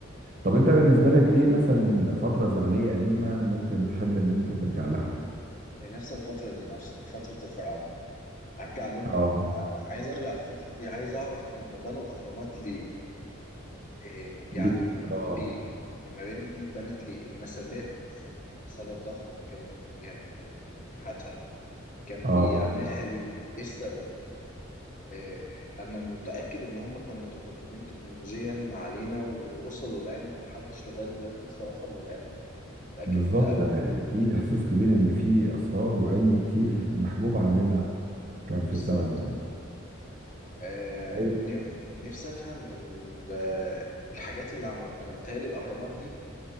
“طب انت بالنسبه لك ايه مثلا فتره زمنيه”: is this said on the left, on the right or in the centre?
Right